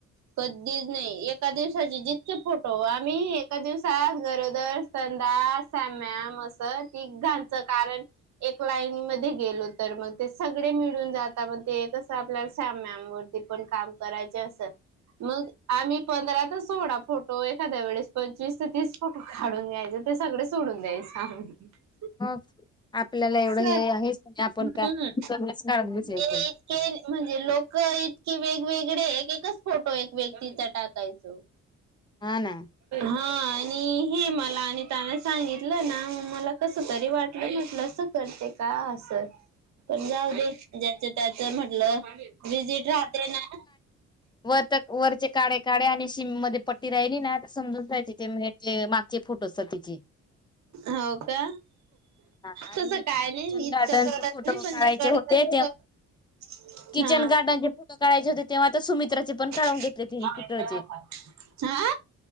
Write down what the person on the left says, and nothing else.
हो आपल्याला एवढ
हे आहेच नाही आपण काय
<unintelligible> काढत बसायच.
हा ना
<inaudible>
वरत वरचे काळे काळे आणि मध्ये पट्टी राहिली तर ना समजून जायचे ते म्हणजे ते मागचे फोटोस ते
आणि
किचन
गार्डनचे
फोटो
काढायचे
होते ते
किचन
गार्डनचे फोटो काढायचे होते तेव्हा तर सुमित्राचे
पण काढून घेतले तिने तिकडचे